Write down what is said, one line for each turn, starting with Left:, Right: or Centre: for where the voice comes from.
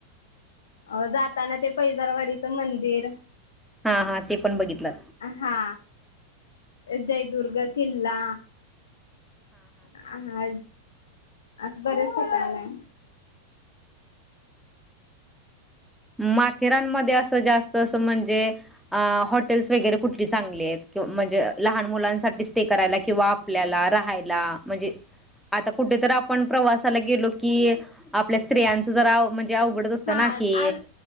Left: अ जाताना ते पैजारवाडीचं मंदिर
Centre: हा हा ते पण बघितलं
Left: हा जय दुर्ग किल्ला हा असं बरेच ठिकाण
Centre: माथेरानमध्ये असं जास्त असं म्हणजे अ हॉटेल्स वगैरे कुठली चांगलेत कि म्हणजे लहान मुलांसाठी स्टे करायला किंवा आपल्याला राहायला म्हणजे आता कुठेतर आपण प्रवासाला गेलो की आपल्या स्त्रियांच जरा आव म्हण जे अवघडंच असतं
Left: हा
Centre: ना की
Left: आन